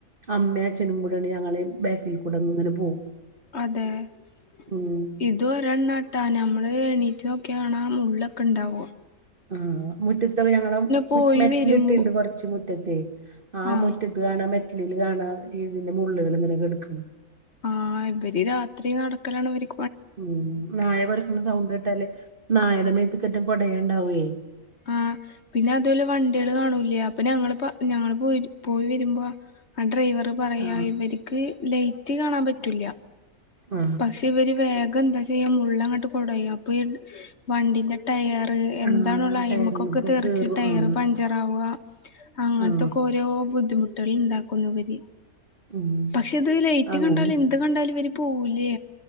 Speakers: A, on the right; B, on the left.
A: അമ്മേ അചനുംകൂടേണ് ഞങ്ങളെ ബാക്കിൽ കൂടെങ്ങനെ പോവും
B: അതെ ഇത്
A: ഉം
B: ഇതൊരെണ്ണാട്ടാ നമ്മള് എണീറ്റ് നോക്കിയകാണാ മുള്ളൊക്കെ ണ്ടാവും
A: ആഹ് മുറ്റത്തക്കെ ഞങ്ങള്
B: പോയി
A: മെറ്റിലിട്ടിണ്ട്
B: വരുമ്പോ
A: കൊറച്ച് മുറ്റത്തെ ആ
B: ആഹ്
A: മുറ്റത്ത് ത് കാണ മെറ്റ്ലില് കാണാ ഈ തിന്റെ മുള്ളുകൾ ഇങ്ങനെ കെട്ക്ക്‌ണ്
B: ആഹ് ഇബരിരാത്രി നടക്കലാണ് ഇവര്
A: ഉം നായ കൊരക്ക്‌ണ സൗണ്ട് കേട്ടാല് നായന്റെ മേത്ത്ക്കെറ്റേ കൊടയാണ്ടാവേയ്
B: ആഹ് പിന്നെ അത് വോലെ വണ്ടികള് കാണൂലെ അപ്പൊ ഞങ്ങള് പ്പ ഞങ്ങള് പോയി പോയി വരുമ്പോ ആ ഡ്രൈവറ് പറയാ
A: ആ
B: ഇവര്ക്ക്‌ ലൈറ്റ് കാണാൻ പറ്റൂല്ല
A: ആ
B: പക്ഷെ ഇവര് വേഗം എന്താച്ചെയ്യാ മുള്ളങ്ങട്ട് കൊടയം അപ്പൊ ഈ വണ്ടിന്റെ ടയറ് എന്താണൊള്ളെ
A: ആ
B: ആയിമക്കൊക്കെ
A: ടയറ്മ്മക്കൊക്കെ
B: തെറിച്ചിട്ട്
A: കേറും
B: ടയർ
A: ആ
B: പഞ്ചറാവ അങ്ങനത്തെക്കെ
A: ആ
B: ഓരേ ഓരോ ബുദ്ധിമുട്ടുകൾ ഉണ്ടാക്കുന്നിവര്
A: ഉം
B: പക്ഷെ ഇത് ലൈറ്റ്
A: അങ്ങനെ
B: കണ്ടാലും എന്ത് കണ്ടാലും ഇവര് പോവൂലെ